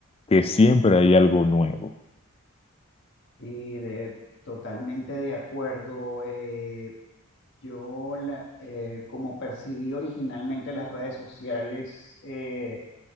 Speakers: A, on the left; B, on the left.
A: que siempre hay algo nuevo.
B: Sí, de, totalmente de acuerdo. Eh, yo, la- eh, como percibí originalmente las redes sociales, eh,